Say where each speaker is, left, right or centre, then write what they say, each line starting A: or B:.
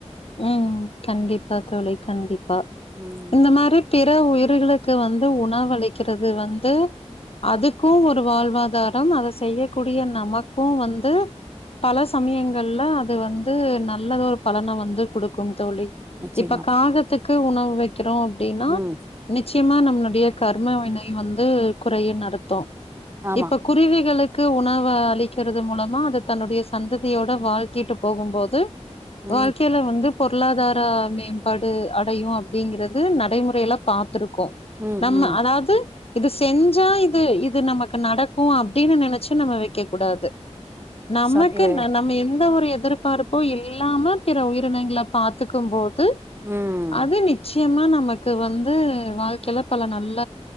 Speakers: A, on the left (about 55°); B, on the right (about 20°).
A: ம் கண்டிப்பா தோழி கண்டிப்பா
B: ம்
A: இந்த மாரி பிற உயிர்களுக்கு வந்து உணவு அளிக்கிறது வந்து அதுக்கு ஒரு வாழ்வாதாரோ அத செய்யக்கூடிய நமக்கு வந்து பல சமயங்கள்ல அது வந்து நல்லது ஒரு பலன வந்து குடுக்குந் தோழி
B: நிச்சயமா
A: இப்ப காகத்துக்கு உணவு வைக்கிறோ அப்டின்னா
B: ம்
A: நிச்சயமா நம்மளுடைய கர்ம வினை வந்து குறையு நடத்து
B: ஆமா
A: இப்ப குருவிகளுக்கு உணவ அளிக்கறது மூலமா அது தன்னுடைய சந்ததியோட வாழ்த்திட்டு போகும்போது
B: ம்
A: வாழ்க்கைல வந்து பொருளாதார மேம்பாடு அடையு அப்டிங்கறது நடைமுறையில பாத்துருக்கோ
B: ம்
A: நம்ம
B: ம்
A: அதாவது இது செஞ்சா இது இது நமக்கு நடக்கு அப்டின்னு நெனச்சு நம்ம வெக்க கூடாது நமக்கு
B: ச- ஏ,
A: ந நம்ம எந்த ஒரு எதிர்பார்ப்பு இல்லாம பிற உயிரினங்கள பாத்துக்கும் போது து
B: ம்
A: அது நிச்சய நிச்சயமா நமக்கு வந்து வாழ்க்கல பல நல்ல